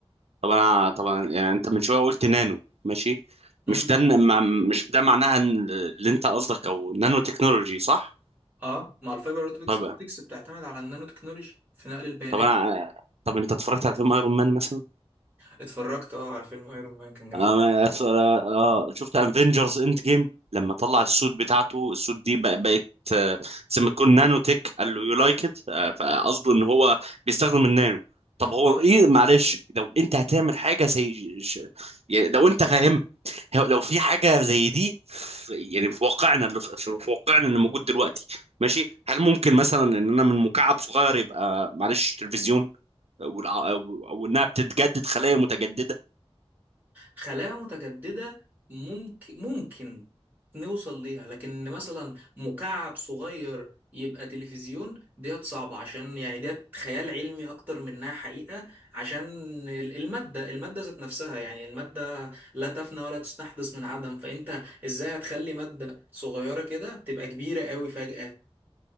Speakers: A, on the right; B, on the right.
A: طب انا طبعا يعني انت من شويه قلت نانو ماشي
B: امم
A: مش ده إن- مع- مش ده معناها إن اللي انت قصدك او نانو تكنولوجي صح
B: اه مع الفايبر اوبتكس
A: طب
B: اوبتكس بتعتمد على النانو تكنولوجي في نقل البيانات
A: طب انا طب انت اتفرجت على فيلم ايرون مان مثلا
B: اتفرجت اه على فيلم ايرون مان كان جامد
A: أنا أس- أنا- اه شفت افنجرز اند جيم لما طلع السوت بتاعته السوت دي بق- بقت آه، زي ما تكون نانو تك قال له يو لايك ات فقصده ان هو بيستخدم النانو طب هو
B: اه
A: ايه معلش لو انت هتعمل حاجه زي ش- يعني لو انت فاهمها هو- لو في حاجه زي دي في يعني في واقعنا اللي في في واقعنا اللي موجود دلوقتي ماشي هل ممكن مثلا ان انا من مكعب صغير يبقى معلش تلفزيون والع- او أو انها بتتجدد خلايا متجدده
B: خلايا متجددة ممكن ممكن نوصل ليها لكن مثلا مكعب صغير يبقى تلفزيون ديت صعبة عشان يعني ديت خيال علمي أكتر منها حقيقة عشان ال- المادة المادة ذات نفسها يعني المادة لا تفنى ولا تستحدث من عدم فأنت إزاي هتخلي مادة صغيرة كده تبقى كبيرة قوي فجأة